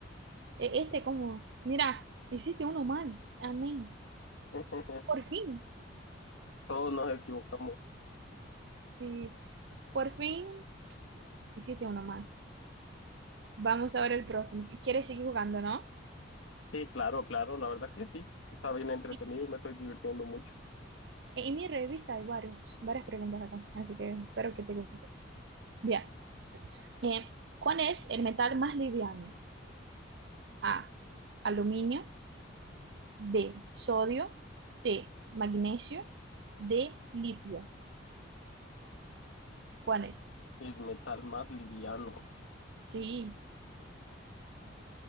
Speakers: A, on the right; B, on the left.
A: E- Este como, mira, hiciste uno mal. Amén.
B: <laughs>
A: Por fin.
B: todos nos equivocamos.
A: Sí, por fin hiciste uno más. Vamos ahora ver el próximo. ¿Quieres seguir jugando, no?
B: Sí, claro, claro, la verdad que sí. Está bien entretenido,
A: Sí,
B: me estoy divirtiendo mucho.
A: En mi revista hay varios, varias preguntas acá, así que espero que te guste. Bien, Eh, ¿cuál es el metal más liviano? A, aluminio, B, sodio, C, magnesio, D, litio. ¿Cuál es?
B: El metal más liviano.
A: Sí,